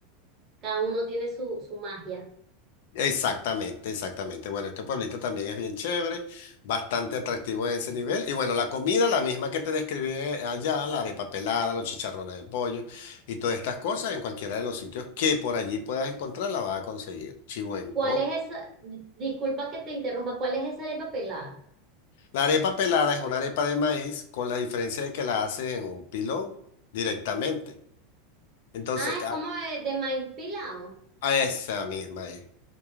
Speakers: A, on the right; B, on the left.
A: cada uno tiene su, su magia.
B: Exactamente, exactamente. Bueno, este pueblito también es bien chévere, bastante atractivo en ese nivel. Y bueno, la comida, la misma que te describí eh, allá, la arepa pelada, los chicharrones de pollo y todas estas cosas, en cualquiera de los sitios que por allí puedas encontrar, la vas a conseguir. Chivo en
A: ¿Cuál
B: coco.
A: es esa? di- Disculpa que te interrumpa, ¿cuál es esa arepa pelada?
B: La arepa pelada es una arepa de maíz con la diferencia de que la haces en un pilón directamente. Entonces,
A: Ah,
B: a
A: es como de, de maíz pilado.
B: a esa misma es.